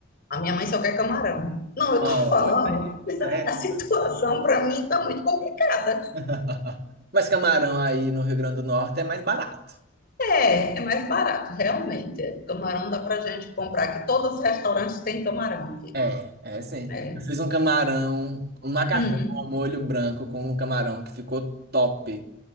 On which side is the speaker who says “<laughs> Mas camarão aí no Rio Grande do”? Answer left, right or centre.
Right